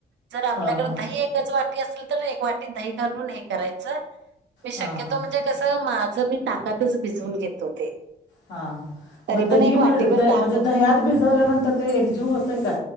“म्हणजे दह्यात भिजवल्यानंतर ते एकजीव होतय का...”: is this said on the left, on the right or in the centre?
Left